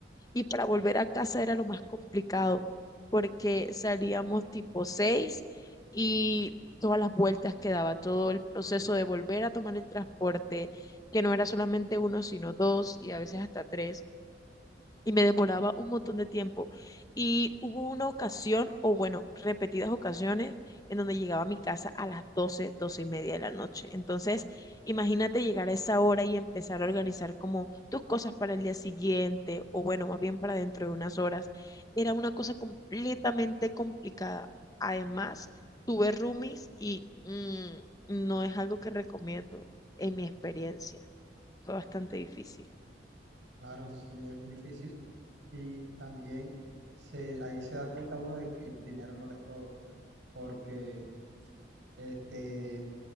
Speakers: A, on the left (about 20°); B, on the right (about 90°).
A: y para volver a casa era lo más complicado porque salíamos tipo 6 y todas las vueltas que daba, todo el proceso de volver a tomar el transporte, que no era solamente uno, sino dos y a veces hasta tres, y me demoraba un montón de tiempo. Y hubo una ocasión, o bueno, repetidas ocasiones, en donde llegaba a mi casa a las doce doce y media de la noche. Entonces, imagínate llegar a esa hora y empezar a organizar como tus cosas para el día siguiente, o bueno, más bien para dentro de unas horas. Era una cosa completamente complicada. Además, tuve roomies y mm, no es algo que recomiendo en mi experiencia. Fue bastante difícil.
B: Claro, sí, es muy difícil. Y también se, ahí se da cuenta uno de que el dinero no lo es todo, porque este,